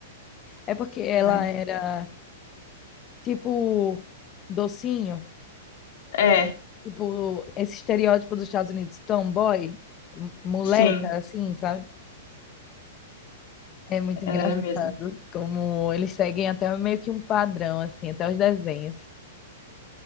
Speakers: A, on the left; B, on the left.
A: É porque ela
B: mas...
A: era tipo docinho.
B: É,
A: Tipo, esse estereótipo dos Estados Unidos, tomboy, m- moleca,
B: sim,
A: assim, sabe? É muito engraçado
B: ela era mesmo.
A: como eles seguem até meio que um padrão, assim, até os desenhos.